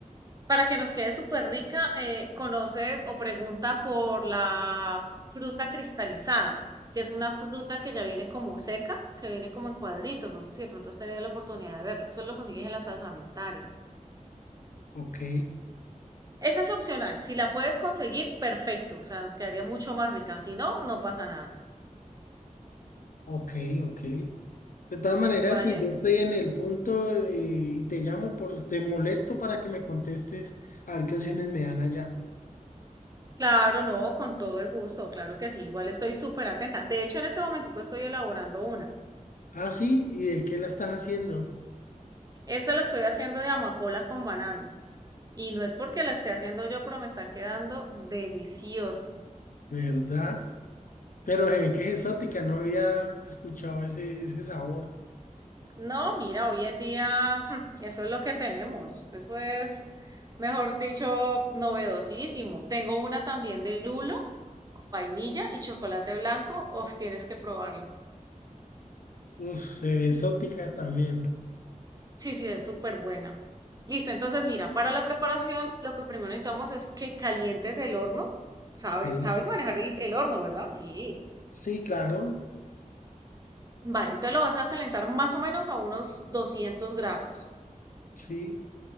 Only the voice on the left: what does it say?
Ok,
ok, ok. De todas maneras,
si yo estoy en el punto eh, y te llamo, por, te molesto para que me contestes a ver qué opciones me dan allá.
Ah, sí, ¿y de qué la estás haciendo?
¿Verdad? Pero se ve que es exótica, no había escuchado ese, ese sabor.
Uf, se ve exótica también.
Sí,
sí, claro,
sí,